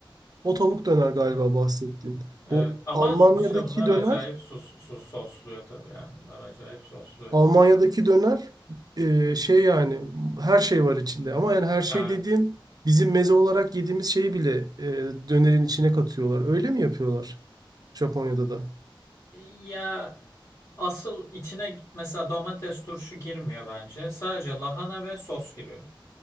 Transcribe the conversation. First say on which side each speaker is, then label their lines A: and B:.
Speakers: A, on the right; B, on the left.
A: O tavuk döner galiba
B: evet.
A: bahsettiğin.
B: Evet
A: Bu
B: ama
A: Almanya'daki
B: su- işte bunlar
A: döner,
B: acayip sus, sus sosluyor tabii yani bunlar acayip sosluyor.
A: Almanya'daki döner e, şey yani her şey var içinde. Ama yani her şey
B: Yani,
A: dediğim bizim meze olarak yediğimiz şeyi bile e, dönerin içine katıyorlar. Öyle mi yapıyorlar Japonya'da da?
B: ya asıl içine mesela domates turşu girmiyor bence. Sadece lahana ve sos giriyor.